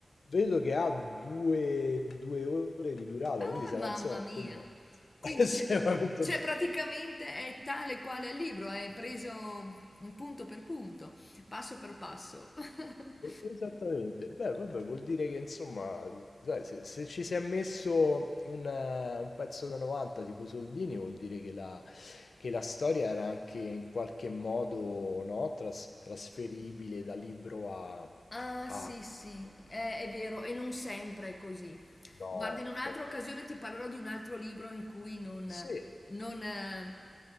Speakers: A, on the left; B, on the left.
A: vedo che ha due, due ore di durata,
B: Oh,
A: quindi sarà
B: mamma
A: insomma un
B: mia!
A: film
B: Quindi
A: <laughs> estremamente
B: c'è c'è praticamente è tale quale il libro, è preso un punto per punto, passo per passo. <laughs>
A: Esattamente, beh, vabbè, vuol dire che insomma, sai, se, se ci si è messo un, eh, un pezzo da 90 tipo Soldini, vuol dire che la, che la storia era anche in qualche modo no, tras- trasferibile da libro a...
B: Ah,
A: a...
B: sì, sì, è, è vero, e non sempre è così.
A: No,
B: Guarda, in un'altra
A: certo.
B: occasione ti parlerò di un altro libro in cui non,
A: Sì.
B: non, eh,